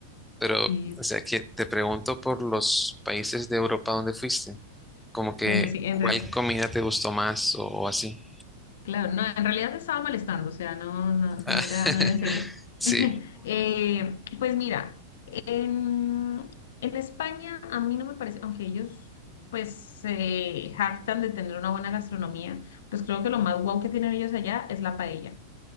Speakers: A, in the centre; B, on the left.
A: Pero,
B: Sí,
A: o sea, que te pregunto por los países de Europa donde fuiste, como que
B: bueno, sí, en
A: cuál
B: realidad.
A: comida te gustó más o o así.
B: Claro, no, en realidad te estaba molestando, o sea, no, no, no
A: Ah,
B: era,
A: <laughs>
B: no era en serio.
A: Sí,
B: <laughs> Eh, pues mira, en, en España a mí no me parece, aunque ellos pues se jactan de tener una buena gastronomía, pues creo que lo más guau que tienen ellos allá es la paella.